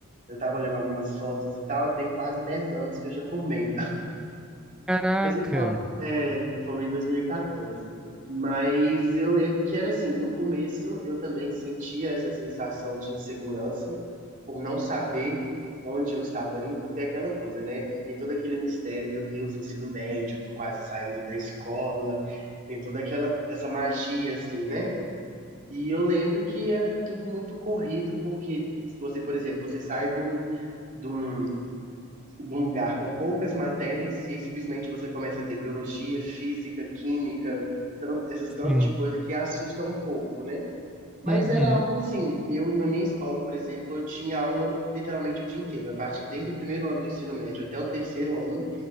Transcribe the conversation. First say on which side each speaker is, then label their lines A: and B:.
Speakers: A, on the right; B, in the centre.
A: Eu estava olhando algumas fotos e tal, tem quase 10 anos que eu já formei.
B: Caraca!
A: Mas então, é, eu formei em 2014. Mas eu lembro que era assim, no começo eu também sentia essa sensação de insegurança por não saber onde eu estava indo, porque é aquela coisa, né? É, tem todo aquele mistério, meu Deus, ensino médio, tô quase saindo da escola, tem toda aquela essa magia assim, né? E eu lembro que era tudo muito corrido, porque você, por exemplo, você sai de um, de um de um lugar com poucas matérias e aí simplesmente você começa a ter biologia, física, química, tanto, essas tantas
B: Sim.
A: de coisa que assusta um pouco, né? Mas
B: Uhum.
A: era algo assim, eu na minha escola, por exemplo, eu tinha aula literalmente o dia inteiro. A partir desde o primeiro ano do ensino médio até o terceiro ano,